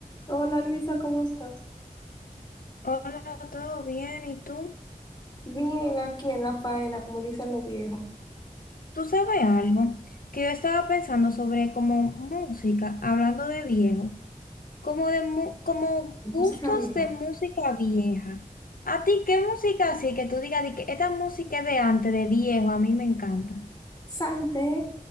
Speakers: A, on the left; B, on the left.
A: Hola Luisa, ¿cómo estás?
B: Hola, ¿todo bien? ¿Y tú?
A: Bien, aquí en la faena, como dicen los viejos.
B: ¿Tú sabes algo? Que yo estaba pensando sobre como música, hablando de viejo, como de mu- como gustos
A: Música vieja.
B: de música vieja. ¿A ti qué música así que tú digas de que esta música es de antes, de viejo, a mí me encanta?
A: Salte,